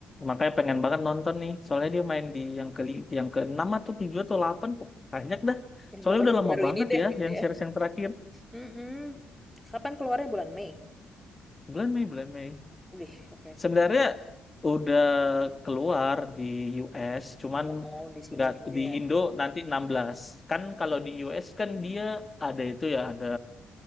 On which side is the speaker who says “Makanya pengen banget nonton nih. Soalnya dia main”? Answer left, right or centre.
Left